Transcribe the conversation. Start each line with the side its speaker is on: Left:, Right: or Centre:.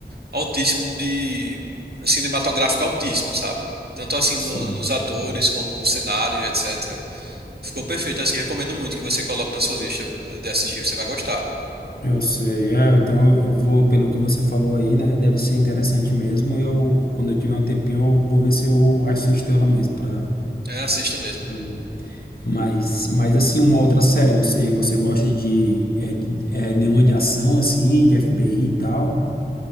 Right: altíssimo de assim, cinematográfico altíssimo, sabe? Tanto assim
Left: sim.
Right: no- nos atores como o cenário, etc. Ficou perfeito, assim, recomendo muito que você coloque na sua lista eh, de assistir, você vai gostar.
Left: Eu sei, é, então eu eu vou, pelo que você falou aí, né? Deve ser interessante mesmo. Eu, quando eu tiver um tempinho, eu vou ver se eu assisto ela mesmo para
Right: É, assista mesmo.
Left: ver. Mas, mas assim, uma outra série, você, você gosta de, é, de- é, nenhuma de ação, assim, de FBI e tal?